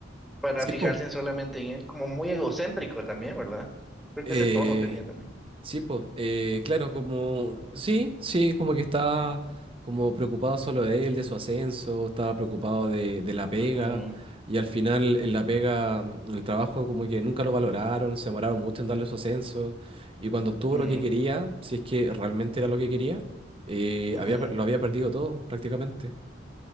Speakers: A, in the centre; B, on the right.
A: para
B: Sí,
A: fijarse
B: pues.
A: en solamente en él, como muy egocéntrico también, ¿verdad? Creo
B: Eh,
A: que ese tono tenía también.
B: sí, pues, eh, claro, como, sí, sí, como que estaba como preocupado solo de él, de su ascenso, estaba preocupado de, de la pega,
A: Ujú.
B: y al final en la pega, mm, en el trabajo como que nunca lo valoraron, se demoraron mucho en darle su ascenso, y cuando obtuvo
A: Ujú,
B: lo que quería, si es que realmente era lo que quería, eh,
A: ujú.
B: había, per- lo había perdido todo prácticamente.